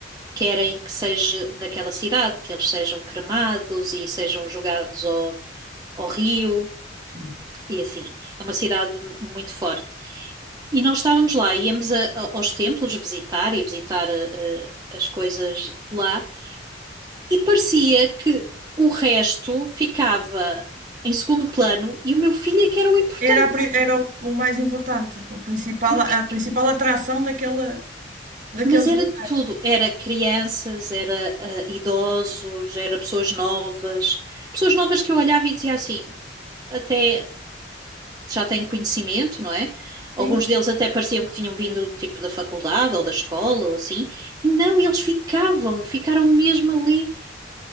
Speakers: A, on the right (about 20°); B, on the right (about 45°).
A: querem que seja naquela cidade, que eles sejam cremados e sejam jogados ao, ao rio.
B: Sim.
A: E assim, é uma cidade muito forte. E nós estávamos lá, íamos a- a- aos templos visitar e visitar eh, as coisas de lá, e parecia que o resto ficava em segundo plano e o meu filho é que era o importante.
B: Era, a pri- era o, o mais importante, o principal,
A: porque,
B: a principal atração daquele, daqueles
A: mas era
B: locais.
A: de tudo. Era crianças, era ah, idosos, era pessoas novas. Pessoas novas que eu olhava e dizia assim, até já têm conhecimento, não é?
B: Sim.
A: Alguns deles até pareciam que tinham vindo tipo da faculdade ou da escola ou assim. E não, eles ficavam, ficaram mesmo ali.